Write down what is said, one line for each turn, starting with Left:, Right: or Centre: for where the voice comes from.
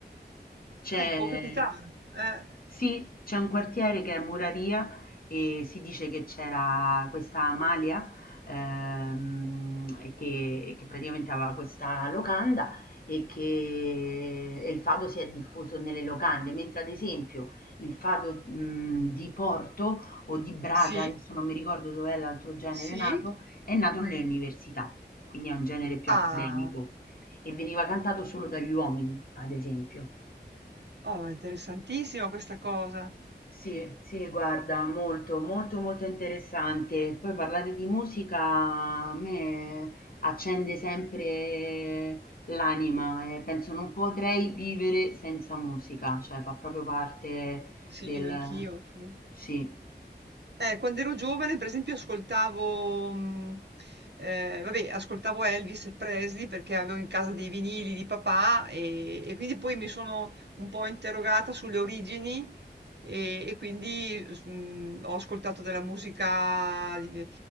Left: C'è
Right: eh, può capitare. Eh,
Left: sì, c'è un quartiere che è Muraria e si dice che c'era questa Amalia ehm, e che, che praticamente aveva questa locanda e che e il fado si è diffuso nelle locande, mentre ad esempio il fado mh, di Porto o di Braga,
Right: sì,
Left: adesso non mi ricordo dov'è l'altro genere
Right: sì.
Left: nato, è nato nelle università, quindi è un genere più
Right: Ah,
Left: accademico. E veniva cantato solo dagli uomini, ad esempio.
Right: oh, è interessantissima questa cosa.
Left: Sì, sì, guarda, molto, molto, molto interessante. Poi parlare di musica a me accende sempre l'anima e penso non potrei vivere senza musica, cioè fa proprio parte
Right: Sì,
Left: del...
Right: anch'io, anch'io.
Left: Sì.
Right: Eh, quando ero giovane, per esempio, ascoltavo, mh, eh, vabbè, ascoltavo Elvis Presley perché avevo in casa dei vinili di papà e, e quindi poi mi sono un po' interrogata sulle origini e, e quindi s- mh, ho ascoltato della musica di-